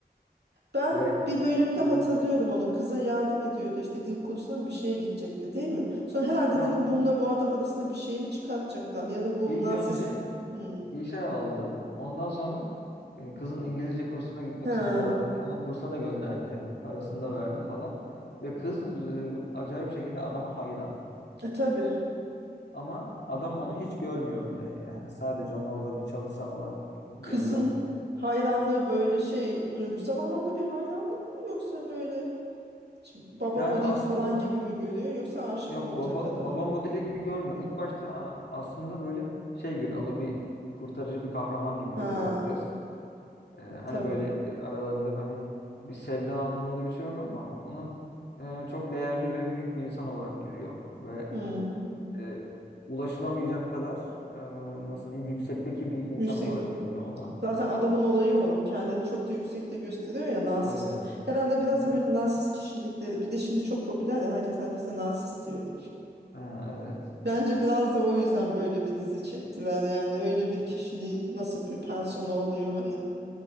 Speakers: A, on the right; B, on the left.
A: Ben
B: Ve
A: bir bölümde hatırlıyorum
B: Hı hı.
A: onu. Kıza yardım ediyordu işte dil kursuna mı bir şeye gidecekti değil mi? Sonra herhalde
B: ha
A: dedim bununla bu adam arasında bir şey mi çıkartacaklar ya da bu
B: ilk
A: narsist.
B: önce
A: Hmm.
B: işe aldı. Ondan sonra e, kızın İngilizce kursuna gitmek
A: Ha.
B: istediğini öğrendi. Onu kursa da gönderdi. Parasını da verdi falan. Ve kız e, acayip şekilde adama hayran.
A: E tabii.
B: Ama adam onu hiç görmüyor bile. Yani sadece onu orada bir çalışan olarak görüyor.
A: Kızın hayranlığı böyle şey duygusal anlamda bir hayranlık mı yoksa böyle şimdi baba
B: Yani
A: modeli
B: aslında
A: falan gibi mi görüyor yoksa aşık
B: yok
A: mı olacak
B: baba
A: adamı?
B: baba modeli gibi görmüyor. İlk başta a- aslında böyle şey görüyor. Onu bir kurtarıcı bir kahraman gibi
A: Ha.
B: görüyor kız. Ee, hani
A: Tabii.
B: böyle e, aralarında hani bir sevda anlamında bir şey yok ama onu e, çok değerli ve büyük bir insan olarak görüyor ve
A: Hmm.
B: e, ulaşılamayacak kadar e, nasıl diyeyim yüksekteki bir insan
A: Yüksek.
B: olarak görüyor onu.
A: Zaten adamın olayı o. Kendini çok da yüksekte gösteriyor ya narsist
B: Evet.
A: o. Herhalde biraz
B: Hı hı.
A: da böyle narsist kişilikleri. Bir de şimdi çok popüler ya herkes herkese narsist diyor.
B: Ha, evet.
A: Bence biraz da o yüzden böyle bir dizi çektiler yani. Öyle bir kişiliğin nasıl bir persona oluyor hani.